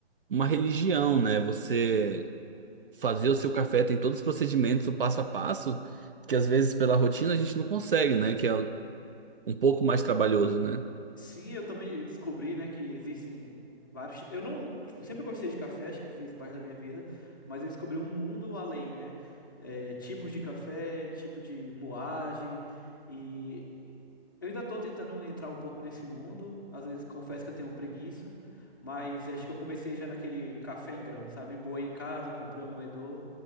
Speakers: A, on the right; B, on the left.
A: uma religião, né? Você fazer o seu café tem todos os procedimentos, o passo a passo, que às vezes pela rotina a gente não consegue, né? Que é um pouco mais trabalhoso, né?
B: Sim, eu também descobri, né, que existem vários. ti- Eu não, tipo, eu sempre gostei de café, acho que fez parte da minha vida, mas eu descobri um mundo além, né? É, tipos de café, tipo de moagem e eu ainda tô tentando entrar um pouco nesse mundo. Às vezes confesso que eu tenho preguiça, mas acho que eu comecei já naquele café em grão, sabe? Moei em casa, comprei um moedor